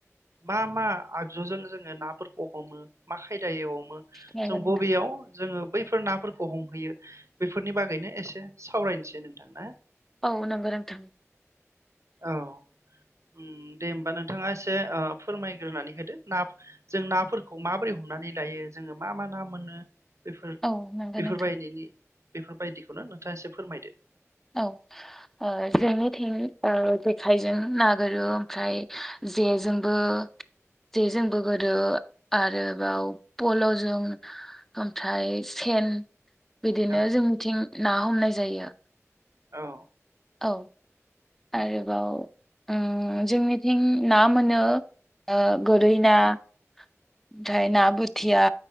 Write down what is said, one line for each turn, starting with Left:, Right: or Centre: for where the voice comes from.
Right: मा मा आगजुजों जोङो नाफोरखौ हमो मा खायदायै हमो
Centre: नंगौ
Right: जों
Centre: नोंथां
Right: बबेयाव जोङो बैफोर नाफोरखौ हमहैयो बेफोरनि बागैनो एसे सावरायनोसै नोंथां ना
Centre: औ नंगौ नोंथां
Right: औ ओम दे होमबा नोंथाङा एसे ओ फोरमायग्रोनानै होदो ना जों नाफोरखौ माबोरै हमनानै लायो जोङो मा मा ना मोनो बेफोर
Centre: औ नंगौ
Right: बेफोर
Centre: नोंथां
Right: बायदिनि बेफोर बायदिखौनो नोंथाङा एसे फोरमायदो
Centre: औ ओ जोंनिथिं ओ जेखाइजों ना गोरो ओमफ्राय जेजोंबो <inaudible> जेजोंबो गोरो आरोबाव पल'जों ओमफ्राय सेन बिदिनो
Right: औ
Centre: जोंनिथिं ना हमनाय जायो।
Right: औ
Centre: औ
Right: ओमफ्राय
Centre: आरोबाव उम जोंनिथिं ना मोनो ओ गोरै ना ओमफ्राय ना बोथिया